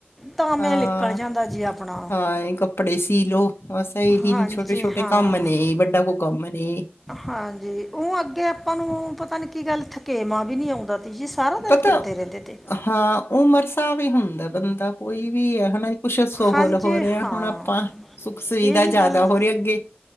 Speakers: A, in the centre; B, on the left (about 70°).
A: ਤਾਂਵੇਂ
B: ਹਾਂ,
A: ਨਿਕਲ ਜਾਂਦਾ ਜੀ ਆਪਣਾ
B: ਹਾਂ ਇਹ ਕੱਪੜੇ ਸੀ ਲੋਓ ਬਸ ਏਹੀ।
A: ਹਾਂਜੀ
B: ਤਿੰਨ ਛੋਟੇ -ਛੋਟੇ
A: ਹਾਂ
B: ਕੰਮ ਨੇ, ਵੱਡਾ ਕੋ ਕੰਮ ਨੇ।
A: ਹਾਂਜੀ, ਉਹ ਅੱਗੇ ਆਪਾਂ ਨੂੰ ਪਤਾ ਨੀ ਕੀ ਗੱਲ ਥਕੇਵਾਂ ਵੀ ਨੀ ਆਉਂਦਾ। ਤੀਜੀਸਾਰਾ ਦਿਨ
B: ਪਤਾ
A: ਫਿਰਦੇ ਰਹਿੰਦੇ ਤੇ।
B: ਹਾਂ, ਉਮਰ ਸਾਬ ਹੀ ਹੁੰਦਾ, ਬੰਦਾ ਕੋਈ ਵੀ ਹੈ ਹਨਾ। ਕੁਛ ਸੋਹਲ
A: ਹਾਂਜੀ
B: ਹੋ ਰਿਹਾ,
A: ਹਾਂ
B: ਹੁਣ ਆਪਾਂ ਸੁਖ ਸੁਵਿਧਾ।
A: ਇਹੀ
B: ਜ਼ਿਆਦਾ
A: ਗੱਲ
B: ਹੋ ਰਹੀ ਅੱਗੇ,